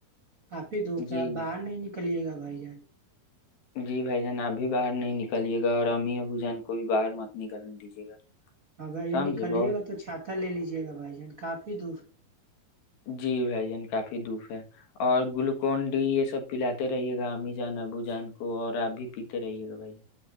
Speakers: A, on the right (about 45°); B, on the left (about 70°).
A: کافی دھوپ
B: جی
A: ہے باہر نہیں نکل کلیے گا بھائی یہ
B: جی بھائی جان ابھی باہر نہیں نکلیے گا اور امی ا بو جان کو بھی باہر مت نکلنے دیجیے گا
A: ہاںگر یہ
B: سمجھے
A: نکلیے
B: بہت
A: گا تو چھاتا لے لیجیے گا بھائی جان کاپ اد
B: جی بھائی جان کافی پھر دھوپ ہے اور گلوکون ڈی یہ سب پلاتے رہیے گا عاممی جان ابو جان کو اور آپ بھی پیتے رہیے گا بھائی جان